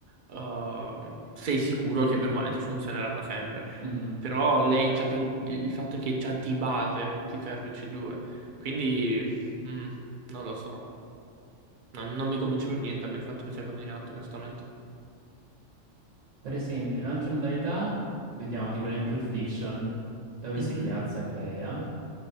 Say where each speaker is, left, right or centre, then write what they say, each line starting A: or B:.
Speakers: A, on the right; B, on the right.
A: ehm, sei sicuro che bene o male ti funzioneranno sempre.
B: Mhm.
A: Però lei già dal- il fatto è che già di base ti serve C2, quindi mm, non lo so. Non, non mi convince per niente a me il fatto che sia così in alto, onestamente.
B: Per esempio, in altre modalità, vediamo tipo nel Pure Fiction, dove
A: Mhm.
B: si piazza Glea?